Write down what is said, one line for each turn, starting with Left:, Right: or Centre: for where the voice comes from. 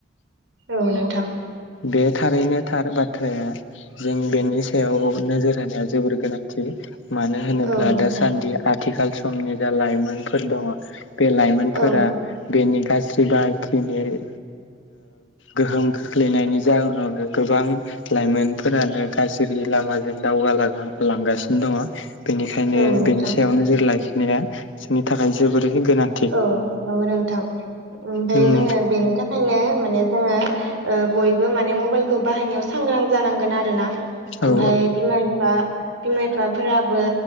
Right: औ नोंथां
Left: बे थारैनो थार बाथ्राया जों बेनि सायाव नोजोर होनाया जोबोर गोनांथि मानो होनोब्ला
Right: औ नोंथां
Left: दासान्दिया आथिखाल समनि जा लाइमोनफोर दङ बे लाइमोनफोरा
Right: औ
Left: बेनि गाज्रि बाहायथिनि गोहोम खोख्लैनायनि जाहोनावनो गोबां लाइमोनफोरानो गाज्रि लामाजों दावगा लांगासिनो दङ बेनिखायनो
Right: औ नोंथां
Left: बेनि सायाव नोजोर लाखिनाया जोंनि थाखाय जोबोरै गोनां
Right: औ नंगौ नोंथां ओमफ्राय
Left: उम
Right: जोङो बेनि थाखाय बेखायनो माने जोङो बयबो माने मबाइलखौ बाहायनायाव सांग्रां जानांगोन आरो ना
Left: औ
Right: ओमफ्राय बिमा बिफा बिमा बिफाफोराबो